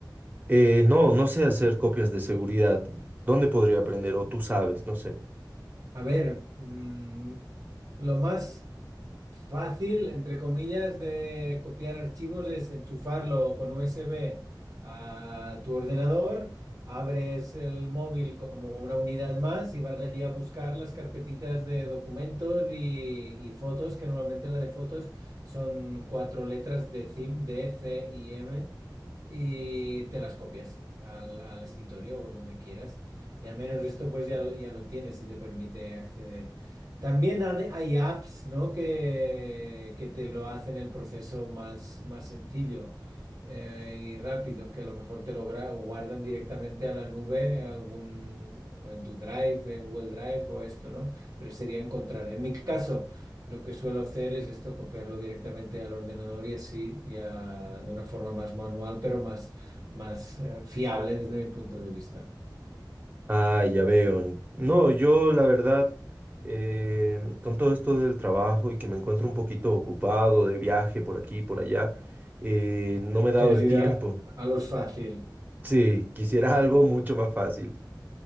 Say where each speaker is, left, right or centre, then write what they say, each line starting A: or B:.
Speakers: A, on the right; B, on the right.
A: Eh, no, no sé hacer copias de seguridad. ¿Dónde podría aprender? O tú sabes, no sé.
B: A ver, mm, lo más... Fácil, entre comillas, de copiar archivos es enchufarlo con USB a tu ordenador, abres el móvil como una unidad más y vas allí a buscar las carpetitas de documentos y, y fotos, que normalmente la de fotos son cuatro letras de CIM, D, C y M, y te las copias al, al escritorio o donde quieras. Y al menos esto pues ya, lo- ya lo tienes y te permite acceder. También han- hay apps, ¿no? que, que te lo hacen el proceso más, más sencillo eh, y rápido, que a lo mejor te lo gra- guardan directamente a la nube, algún, o en tu Drive, en Google Drive o esto, ¿no? Pero sería encontrar. En mi caso, lo que suelo hacer es esto, copiarlo directamente al ordenador y así, ya de una forma más manual, pero más, más eh, fiable desde mi punto de vista.
A: Ah, ya veo. No, yo la verdad, eh, con todo esto del trabajo y que me encuentro un poquito ocupado de viaje por aquí y por allá, eh, no me he dado
B: Que
A: el
B: es ir
A: tiempo.
B: a, a lo fácil.
A: Sí, quisiera algo
B: Mm.
A: mucho más fácil.